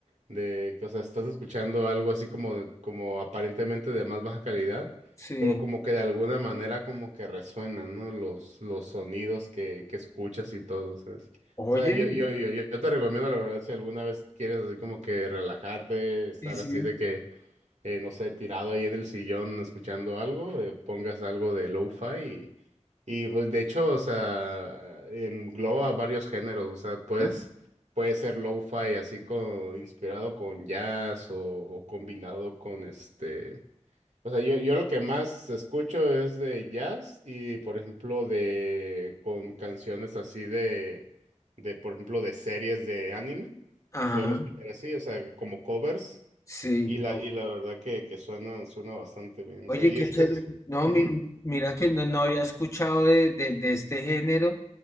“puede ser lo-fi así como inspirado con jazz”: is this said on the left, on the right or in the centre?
Right